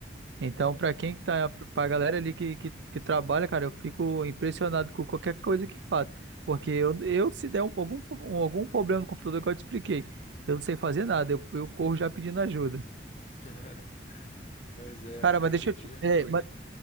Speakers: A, on the right (about 85°); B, on the left (about 35°).
A: Então,
B: É, mano.
A: para quem tá, para galera ali que, que, que trabalha, cara, eu fico impressionado com qualquer coisa que faz, porque eu, eu se der um- algum, algum problema no computador que eu te expliquei, eu não sei fazer nada, eu, eu corro já pedindo ajuda.
B: <laughs> Mas é,
A: Cara,
B: hoje
A: mas deixa
B: em
A: eu
B: dia.
A: te, é, mas